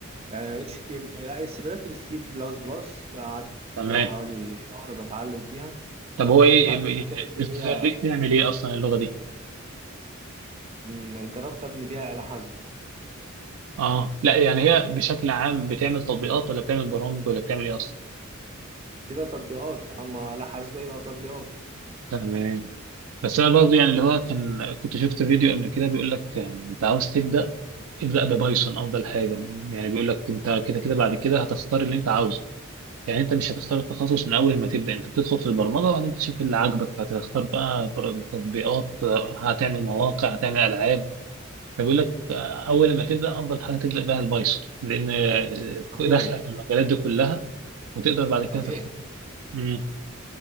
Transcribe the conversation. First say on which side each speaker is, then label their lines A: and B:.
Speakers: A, on the right; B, on the right.
A: اتش تي ام لا اس بدات بالسي بلس بلس قعدت فيها
B: تمام
A: حوالي شهر بتعلم فيها
B: طب هو ايه
A: بعد
B: إيه-
A: كده لقيت
B: بتخليك
A: ان هي
B: تعمل ايه اصلا اللغه دي
A: مم، جربت ابني بيها آلة حاسبة
B: اه لا يعني هي بشكل عام بتعمل تطبيقات ولا بتعمل برامج ولا بتعمل ايه اصلا
A: كده تطبيقات اما آلة حاسبة يبقى تطبيقات
B: تمام بس انا برضه يعني اللي هو كان كنت شفت فيديو قبل كده بيقول لك آه، انت عاوز تبدا ابدا ببايثون افضل حاجه يعني بيقول لك انت كده كده بعد كده هتختار اللي انت عاوزه يعني انت مش هتختار التخصص من اول ما تبدا انت بتدخل في البرمجه وبعدين تشوف اللي عاجبك هتختار بقى بر- تطبيقات آه، هتعمل مواقع هتعمل العاب فبيقول لك آه، اول ما تبدا افضل حاجه تبدا بها البايثون لان آه،
A: طبيعي
B: داخله في المجالات دي كلها وتقدر بعد كده
A: طبيعي
B: تختار امم